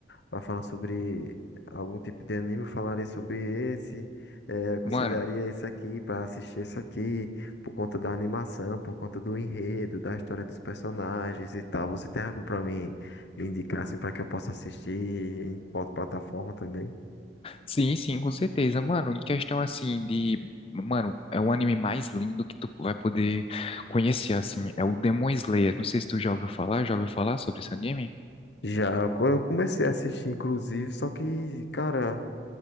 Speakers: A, on the left (about 75°); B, on the left (about 30°).
A: pra falar sobre algum tipo de anime, eu falaria sobre esse, eh, aconselharia
B: Mano,
A: esse aqui pra assistir esse aqui, por conta da animação, por conta do enredo, da história dos personagens e tal. Você tem algum pra mim me indicar assim pra que eu possa assistir em qual plataforma também?
B: sim, sim, com certeza. Mano, em questão assim de. Mano, é o anime mais lindo que tu vai poder conhecer, assim. É o Demon Slayer. Não sei se tu já ouviu falar, já ouviu falar sobre esse anime?
A: Já, eu co- eu comecei a assistir, inclusive, só que, cara,